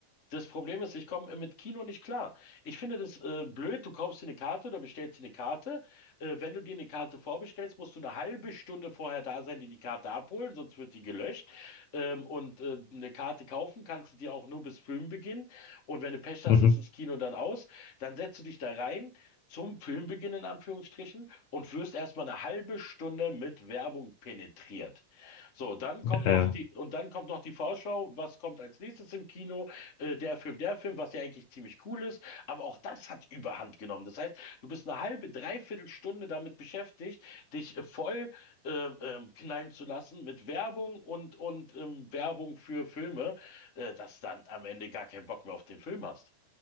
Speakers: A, on the left (about 45°); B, on the left (about 70°).
A: Das Problem ist, ich komme mit Kino nicht klar. Ich finde das äh, blöd. Du kaufst dir eine Karte oder bestellst dir eine Karte. Äh, wenn du dir eine Karte vorbestellst, musst du eine halbe Stunde vorher da sein, die die Karte abholen, sonst wird die gelöscht. Ähm, und äh, eine Karte kaufen kannst du dir auch nur bis Filmbeginn. Und wenn du Pech hast,
B: Mhm.
A: ist das Kino dann aus. Dann setzt du dich da rein zum Filmbeginn in Anführungsstrichen und wirst erstmal eine halbe Stunde mit Werbung penetriert. So, dann
B: Ja,
A: kommen
B: ja.
A: noch die, und dann kommt noch die Vorschau. Was kommt als nächstes im Kino? äh, der Film, der Film, was ja eigentlich ziemlich cool ist, aber auch das hat Überhand genommen. Das heißt, du bist eine halbe, dreiviertel Stunde damit beschäftigt, dich äh, voll ähm, ähm, knallen zu lassen mit Werbung und, und ähm, Werbung für Filme, äh, dass dann am Ende gar keinen Bock mehr auf den Film hast.